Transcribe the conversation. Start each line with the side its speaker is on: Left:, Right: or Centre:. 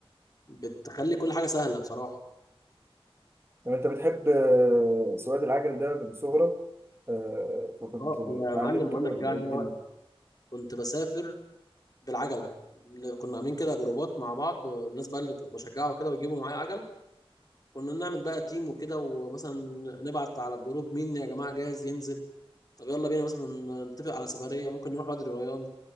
Left: بتخلي كل حاجه سهله بصراحه
Right: طب انت بتحب آه، سواقة العجل ده من صغرك آه، فكنت
Left: اه
Right: اتعلمته
Left: يا معلم بقول
Right: ولا
Left: لك جاي
Right: ايه الدنيا؟
Left: كنت بسافر بالعجله كنا عاملين كده جروبات مع بعض الناس بقى اللي كنت بشجعه كده ويجيبوا معايا عجل كنا نعمل بقى تيم وكده ومثلا نبعت على الجروب مين يا جماعه جاهز ينزل طب يلا بينا مثلا نتفق على سفريه ممكن نروح وادي الريان